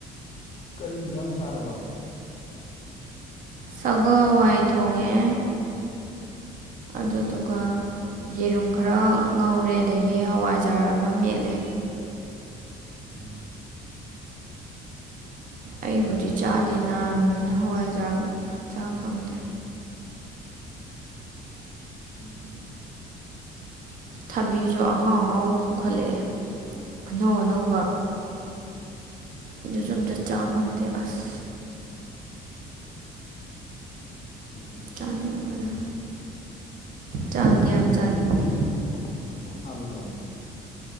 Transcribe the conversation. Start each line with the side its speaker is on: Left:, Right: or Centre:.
Left: ꯀꯔꯤ ꯏꯟꯖꯥꯡ ꯆꯥꯔꯕ
Right: ꯁꯒꯣꯜ ꯍꯋꯥꯏ ꯊꯣꯡꯉꯦ ꯑꯗꯨꯗꯨꯒ ꯌꯦꯔꯨꯝ ꯈꯔ ꯉꯧꯔꯦ ꯑꯗꯒꯤ ꯍꯋꯥꯏꯖꯥꯔ ꯑꯃꯥ ꯃꯦꯠꯂꯦ
Left: ꯎꯝ
Right: ꯑꯩꯕꯨꯗꯤ ꯆꯥꯗꯦ ꯅꯥꯕꯅꯤꯅ ꯍꯋꯥꯏꯖꯥꯔꯒ ꯆꯥ ꯐꯪꯗꯦ
Left: ꯎꯝ
Right: ꯊꯕꯤꯖꯨ ꯑꯍꯥꯎ ꯑꯍꯥꯎꯕ ꯄꯨꯈꯠꯂꯛꯑꯦ ꯑꯅꯧ ꯑꯅꯧꯕ ꯑꯗꯨꯖꯨ ꯑꯝꯇ
Left: ꯎꯝ
Right: ꯆꯥ ꯐꯪꯗꯦ ꯑꯁ
Left: ꯈꯪꯗꯦꯅꯦ
Right: ꯆꯥꯅꯤꯡꯕꯅ
Left: ꯍꯧꯖꯤꯛ
Right: ꯆꯥꯗꯤ
Left: ꯈꯔ
Right: ꯌꯥꯝ ꯆꯥꯅꯤꯡꯉꯦ
Left: ꯌꯨꯝꯒꯤ ꯊꯕꯤ ꯊꯥꯕꯗꯣ